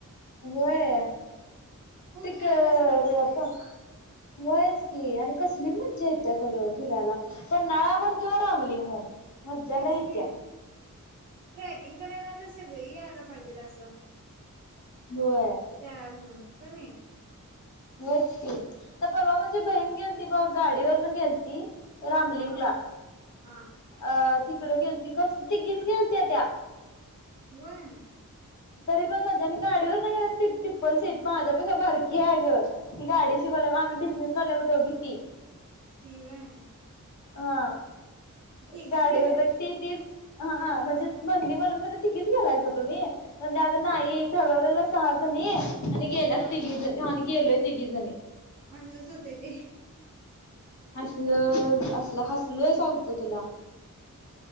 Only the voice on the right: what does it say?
कोण
यायलाच
बघत नाहीत आ
तेच
की ट्रॅकिंग करांयला आंता सगळी यांयला पाहिजेत असं
तयार होऊंन कां नाहीं
हा हा
व्हंय
ती होयं
तिघीच
गेलेत
हा
असंच होतय ते.